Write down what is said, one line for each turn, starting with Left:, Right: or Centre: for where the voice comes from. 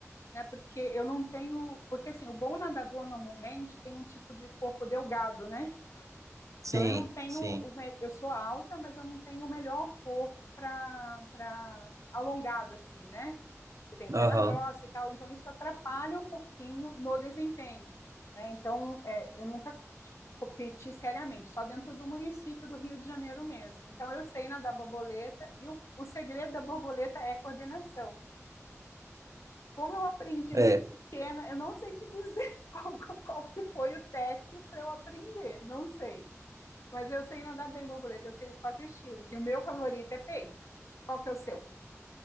Left: né? Porque eu não tenho, porque assim, o bom nadador normalmente tem um tipo de corpo delgado, né?
Right: Sim,
Left: Então eu não tenho,
Right: sim.
Left: o me- eu sou alta, mas eu não tenho o melhor corpo para para alongado assim, né? Eu tenho perna
Right: Aham.
Left: grossa e tal, então isso atrapalha um pouquinho no desempenho, né? Então é, eu nunca competir seriamente, só dentro do município do Rio de Janeiro mesmo. Então, eu sei nadar borboleta e o, o segredo da borboleta é coordenação. Como eu aprendi
Right: É.
Left: muito pequena, eu não sei te dizer <laughs> qual, qual que foi o tec para eu aprender, não sei. Mas eu sei nadar bem borboleta, eu sei os quatro estilos. E o meu favorito é peito. Qual que é o seu?